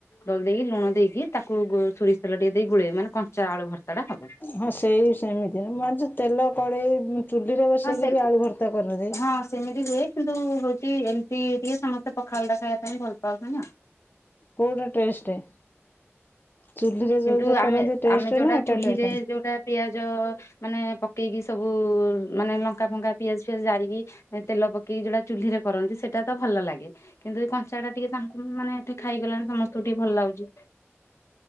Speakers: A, on the left; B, on the left.
A: ଦଳିଦେଇକି ଲୁଣ ଦେଇକି ତାକୁ ଶୋରିଷ ତେଲ ଟିକେ ଦେଇକି ଗୋଳେଇବୁ ମା ଆଳୁ ଭର୍ତ୍ତାଟା ହେବ।
B: ହଁ ସେଇ ସେମିତି ମୁଁ ଆଜି ତେଲ କଡ଼େଇ ଚୁଲିରେ ବସେଇକି
A: ହଁ ସେ
B: ବି ଆଳୁ ଭର୍ତ୍ତା କରନ୍ତି।
A: ହଁ ସେମିତି ହୁଏ କିନ୍ତୁ ହେଉଛି ଏମିତି ଟିକେ ସମସ୍ତେ ପଖାଲଟା ଖାଇବାକୁ ପାଇଁ ଭଲ ପାଉଛନ୍ତି ନା।
B: କଉଟା ଟେଷ୍ଟ? ଚୁଲିରେ
A: କିନ୍ତୁ
B: ଯୋଉଟା
A: ଆମେ
B: କରନ୍ତି ଟେଷ୍ଟ
A: ଆମେ ଯୋଉଟା
B: ନା ଏଟା
A: ଚୁଲିରେ
B: ଟେଷ୍ଟ?
A: ଯଉଟା ପିଆଜ ମାନେ ପକେଇକି ସବୁ ମାନେ ଲଙ୍କା ଫଙ୍କା ପିଆଜ ଫିଆଜ ଜାରିକି ତେଲ ପକି ଯୋଉଟା ଚୁଲିରେ କରନ୍ତି। ସେଇଟା ତ ଭଲ ଲାଗେ କିନ୍ତୁ ଏ କଞ୍ଚାଟା ଟିକେ ତାଙ୍କୁ ମାନେ ଏଠି ଖାଇଗଲେଣି ସମସ୍ତଙ୍କୁ ଟିକେ ଭଲ ଲାଗୁଛି। <inaudible>